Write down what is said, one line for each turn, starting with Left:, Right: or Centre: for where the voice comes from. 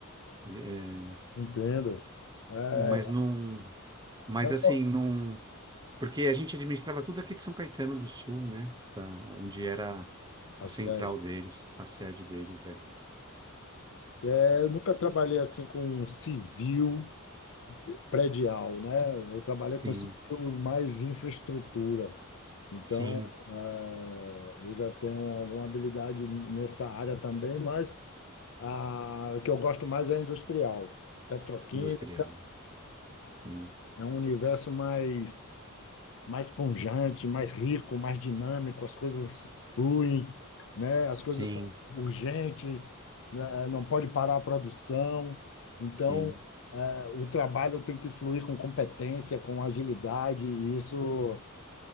Right: É,
Left: entendo. É,
Right: Mas não, mas
Left: tá
Right: assim,
Left: bom.
Right: não, porque a gente administrava tudo aqui de São Caetano do Sul, né? Tá, onde era
Left: Tá
Right: a central
Left: certo.
Right: deles, a sede deles, é.
Left: É, eu nunca trabalhei assim com civil de- predial, né? Eu trabalhei
Right: Sim,
Left: com civil mais infraestrutura. Então,
Right: sim.
Left: eh, eu já tenho alguma habilidade nessa área também, mas a que eu gosto mais é industrial. Petroquímica
Right: Industrial, né? sim,
Left: é um universo mais mais pungente, mais rico, mais dinâmico, as coisas fluem, né? As
Right: sim,
Left: coisas são urgentes, né? Não pode parar a produção. Então,
Right: sim,
Left: eh, o trabalho tem que fluir com competência, com agilidade, e isso